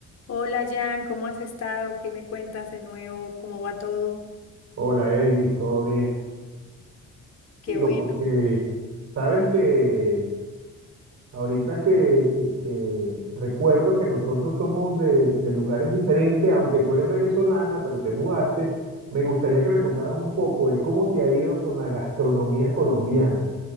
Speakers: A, on the left; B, on the right.
A: Hola Jan, ¿cómo has estado? ¿Qué me cuentas de nuevo? ¿Cómo va todo?
B: Hola, Eglis, ¿todo bien?
A: Qué
B: Digo,
A: bueno.
B: porque sabes que ahorita que, que- que recuerdo que nosotros somos de, de lugares diferentes, aunque tú eres venezolana, pero te mudaste, me gustaría que me contaras un poco de cómo te ha ido con la gastronomía colombiana.